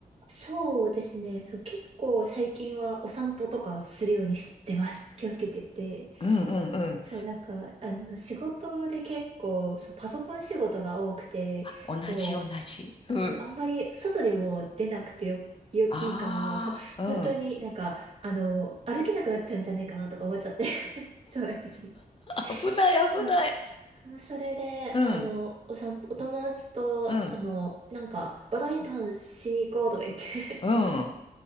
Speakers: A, on the right (about 40°); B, on the left (about 35°).
A: そうですね。そう、結構最近はお散歩とかするようにしてます。気をつけてて。
B: うんうんうん。
A: そう、なんか、あの、仕事で結構、そう、パソコン仕事が多くて、
B: 同じ同じ。
A: も
B: うん。
A: う、そう、あんまり外にも出なくてよ、よ、
B: ああ、
A: いいから、<laughs>
B: うん。
A: 本当になんか、あの、歩けなくなっちゃうんじゃないかなとか思っちゃって、<laughs> 将来的に。
B: 危ない危ない。
A: そう。そそれで、
B: うん、
A: あの、お散歩、お友達と、
B: うん、
A: その、なんか、バドミントンしに行こうとか言って
B: うん、うん、